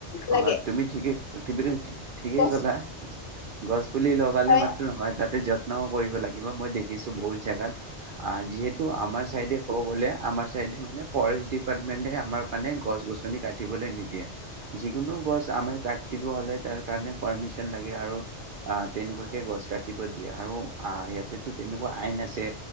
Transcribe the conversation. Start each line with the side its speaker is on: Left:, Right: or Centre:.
Right: অ
Left: লাগে
Right: তুমি ঠিকে তুমি ঠিকেই
Left: গছপুলি
Right: ক'লা। গছ পুলি লগালে
Left: হয়
Right: মাত্ৰ নহয় তাতে যত্নও কৰিব লাগিব মই দেখিছোঁ বহুত জেগাত যিহেতু আমাৰ চাইডে ক'ব গ'লে আমাৰ চাইডে মানে ফৰেষ্ট ডিপাৰ্টমেন্টে আমাৰ মানে গছ- গছ গছনি কাটিবলৈ নিদিয়ে। যিকোনো গছ আমাৰ কাটিব হ'লে তাৰ কাৰণে পাৰ্মিশন লাগে আৰু আহ তেনেকুৱাকে গছ কাটিব দিয়ে আৰু আহ ইয়াতেতো তেনেকুৱা আইন আছে।